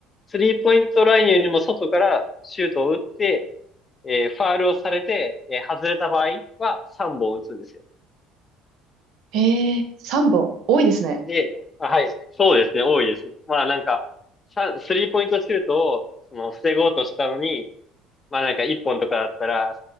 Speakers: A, on the left; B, on the right.
A: スリーポイントラインよりも外からシュートを打って、えーファールをされて、えー外れた場合は3本打つんですよ。
B: えー、3本。多いですね。
A: で、あ、はい。そうですね、多いですね。まあなんか、さスリーポイントシュートを、その、防ごうとしたのに、まあなんか1本とかだったら、